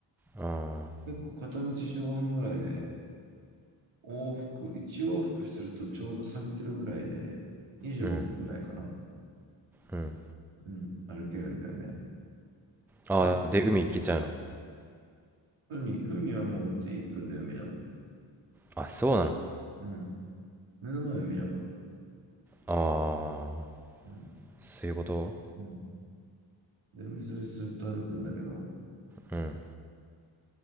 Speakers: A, in the centre; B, on the right.
A: ああ、
B: 結構片道15分ぐらいで、往復、1往復するとちょうど3キロぐらいで、25分ぐらいかな。
A: うん、うん。
B: うん、歩けるんだよね。
A: ああ、
B: な
A: で、海行けちゃうの。
B: 海、海はもうだって1分で海だもん。
A: あ、そうなの。
B: うん。目の前は海だから。
A: ああ、
B: うん。
A: そういうこと
B: うん。で、海沿いずっと歩くんだけど、
A: うん。